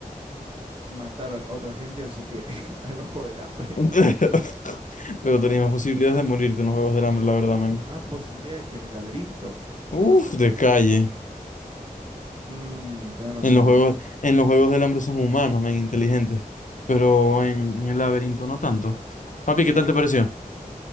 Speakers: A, on the right; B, on the left.
A: matar a otra gente, así que <laughs> al ojo del hambre.
B: <laughs> Pero tenías más posibilidades de morirte en los Juegos del Hambre, la verdad, man.
A: Más posibilidades que en el laberinto.
B: Uf, de calle.
A: Mm, tenés razón,
B: En los juegos,
A: ¿eh?
B: en los juegos del hambre son humanos, men, inteligentes. Pero en, en el laberinto no tanto. Papi, ¿qué tal te pareció?